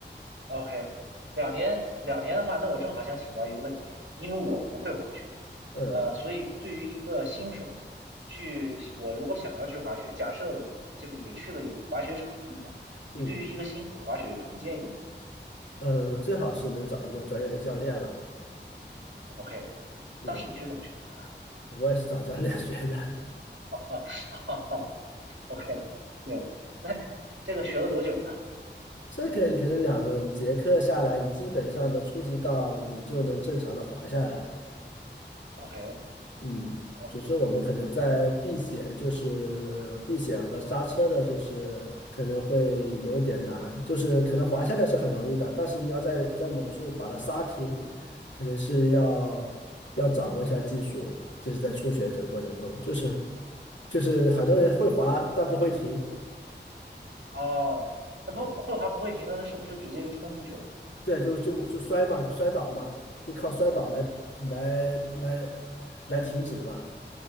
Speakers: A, on the right (about 85°); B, on the left (about 75°).
A: OK，两年两年的话，那我正好想请教一个问题啊，因为我不会滑雪，
B: 嗯
A: 呃，所以对于一个新手，去我如果想要去滑雪，假设我这个也去了有滑雪场的地方，你对于一个新手的滑雪有什么建议吗
B: 嗯嗯，最好是能找一个专业的教练了。
A: ？OK，
B: 嗯，
A: 当时你是怎么学会的？
B: 我也是找教练 <laughs> 学的。
A: <laughs> 哈哈 o k 对，那这个学了多久呢
B: 这个你可能两节课下来，你基本上的初级道你就能正常的滑下来。
A: ？OK
B: 嗯，
A: OK，
B: 只是我们可能在避险，就是避险和刹车的，就是可能会有一点难，就是可能滑下来是很容易的，但是你要在在某处把它刹停，可能是要要掌握一下技术，这是在初学者过程中，就是就是很多人会滑，但不会停，
A: 哦，那不会滑不会停的，那是不是直接就冲出去了？
B: 对，就就就摔嘛，就摔倒嘛，就靠摔倒来来来来停止嘛，